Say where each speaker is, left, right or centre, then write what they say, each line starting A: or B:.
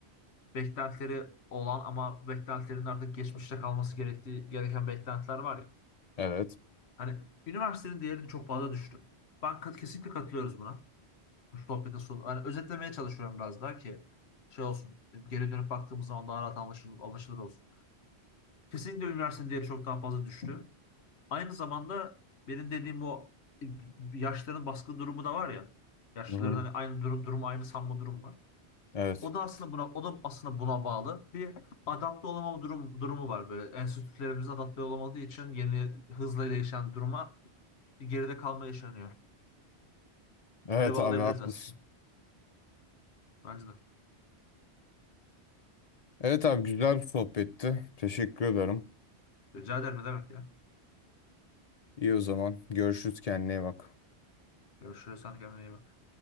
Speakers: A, on the left (about 75°); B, on the left (about 40°).
A: beklentileri olan ama beklentilerin artık geçmişte kalması gerektiği gereken beklentiler var ya.
B: Evet.
A: Hani üniversitenin değerini çok fazla düştü. Ben kat- kesinlikle katılıyoruz buna. bu sohbetin sonu. Hani özetlemeye çalışıyorum biraz daha ki şey olsun. Geri dönüp baktığımız zaman daha rahat anlaşılır, anlaşılır olsun. Kesinlikle üniversitenin değeri çok daha fazla düştü. Aynı zamanda benim dediğim o e, yaşlıların baskı durumu da var ya. Yaşlıların
B: Hı. hı,
A: hani aynı durum, durumu aynı sanma durum var.
B: Evet.
A: O da aslında buna o da aslında buna bağlı. Bir adapte olamama durum, durumu var böyle. Enstitülerimiz adapte olamadığı için yeni hızla değişen duruma bir geride kalma yaşanıyor.
B: Evet
A: Öyle bağlayabiliriz
B: abi haklısın.
A: aslında. Bence de.
B: Evet abi güzel bir sohbetti. Teşekkür ederim.
A: Rica ederim ne demek ya.
B: İyi o zaman. Görüşürüz kendine iyi bak.
A: Görüşürüz. Sen de kendine iyi bak.